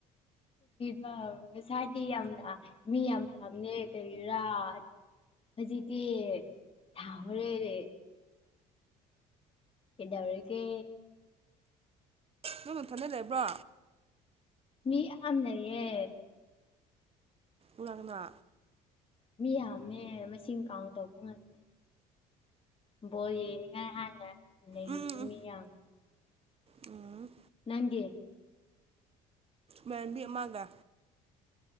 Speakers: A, on the left; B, on the right.
A: ꯀ ꯉꯁꯥꯏꯗꯤ ꯌꯥꯝꯅ ꯃꯤ ꯌꯥꯝ ꯐꯝꯃꯦ ꯀ ꯔꯥꯠ ꯍꯧꯖꯤꯗꯤ ꯁꯍꯔꯦꯦ ꯏꯗꯧꯒ
B: ꯅꯪꯅꯊꯟꯗ ꯂꯩꯕ꯭ꯔꯣ
A: ꯃꯤ ꯑꯅꯌꯦ
B: ꯎꯂꯅ
A: ꯃꯤ ꯌꯥꯝꯃꯦ ꯃꯁꯤꯡ ꯀꯥꯎꯟ ꯇꯧꯕ ꯉꯝꯗꯦ ꯣ ꯌꯦꯅꯤ ꯍꯥꯏ ꯍꯅ ꯂꯩꯗꯤꯃꯤ
B: ꯎꯝ ꯎꯝ
A: ꯌꯥ
B: ꯎꯝ
A: ꯅꯪꯒꯤꯦ
B: ꯃꯕꯤꯃꯒꯥ